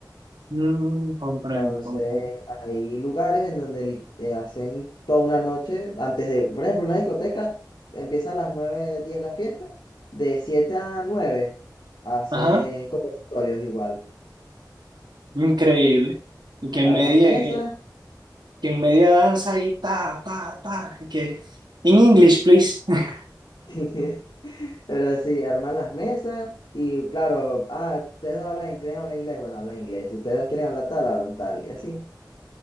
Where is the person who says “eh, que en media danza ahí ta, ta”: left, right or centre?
Right